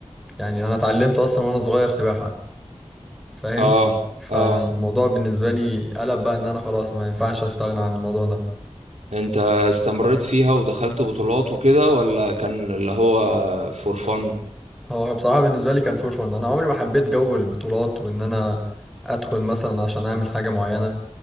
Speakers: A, in the centre; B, on the right (about 85°).
A: يعني انا اتعلمت اصلا وانا صغير سباحة فاهم
B: اه
A: فالموضوع
B: اه
A: بالنسبة لي قلب بقى ان انا خلاص ما ينفعش استغنى عن الموضوع ده
B: انت استمريت فيها ودخلت بطولات وكده ولا كان اللي هو فور فن
A: هو بصراحة بالنسبة لي كان فور فن انا عمري ما حبيت جو البطولات وان انا ادخل مثلا عشان اعمل حاجة معينة